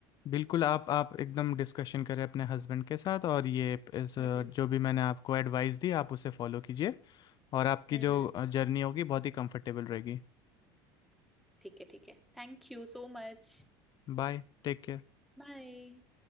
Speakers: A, on the left; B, in the centre.
A: बिल्कुल आप आप एकदम डिस्कशन करें अपने हस्बैंड के साथ और ये इस
B: हम्म हम्म
A: जो भी मैंने आपको एडवाइस दी आप उसे फॉलो कीजिए और आपकी
B: हम्म
A: जो
B: हम्म,
A: जर्नी होगी बहुत ही कंफर्टेबल रहेगी
B: ठीक है ठीक है thank you so much
A: Bye take care
B: Bye